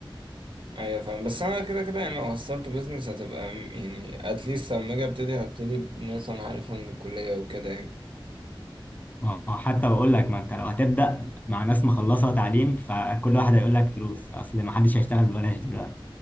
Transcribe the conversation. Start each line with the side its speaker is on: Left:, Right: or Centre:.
Right: ايوه فاهم بس انا كده كده يعني لو هستارت بيزنس هتبقى م- يعني اتليست لما اجي ابتدي هبتدي بناس انا عارفها من الكلية وكده يعني
Left: ما هو حتى بقول لك ما أنت لو هتبدأ مع ناس مخلصة تعليم فكل واحد هيقول لك فلوس أصل ما حدش هيشتغل ببلاش دلوقتي